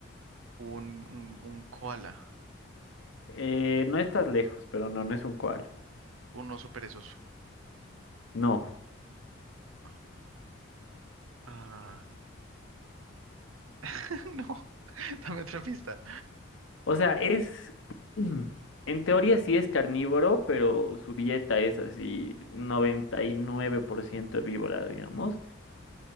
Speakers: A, on the right; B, on the left.
A: un, un, un koala,
B: Eh, no estás lejos, pero no, no es un koala.
A: un oso perezoso.
B: No.
A: Ah, ah, <laughs> no, <laughs> dame otra pista.
B: O sea, es. <clears throat> En teoría sí es carnívoro, pero su dieta es así 99% herbívora, digamos.